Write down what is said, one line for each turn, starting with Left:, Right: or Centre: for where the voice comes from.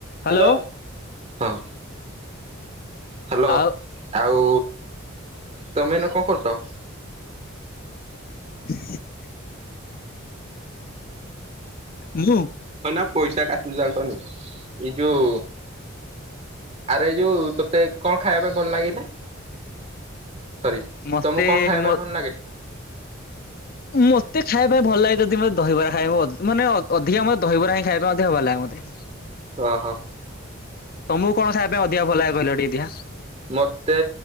Left: Hello
Right: hello. ହଁ। Hello.
Left: ଆଉ
Right: ଆଉ। ତମେ ଏଇନା କଣ କରୁଛ?
Left: <inaudible> ମୁଁ?
Right: ହଁ ନା ପଇସା କାଟିଲୁ ଜାଣି କନୁ। ଏଇ ଯୋଉ ଆରେ, ଏଇ ଯୋଉ ତତେ। କଣ ଖାଇବା ପାଇଁ ଭଲ ଲାଗେ ଏଇନା? ସରି
Left: ମତେ।
Right: ତମକୁ କଣ ଖାଇବା
Left: ମ
Right: ପାଇଁ ଭଲ
Left: ମତେ ଖାଇବା ପାଇଁ ଭଲ ଲାଗେ ଯଦି। ମତେ ଦହିବରା ଖାଇବ, ମାନେ ଅଧିକା ମତେ ଦହିବରା ହିଁ। ଖାଇବା ମଧ୍ୟ ଭଲ ଲାଗେ ମତେ।
Right: ଓ ହୋ।
Left: ତମକୁ କଣ ଖାଇବା ପାଇଁ, ଅଧିକା ଭଲ ଲାଗେ? କହିଲ ଟିକେ ଦେଖିଆ
Right: ମତେ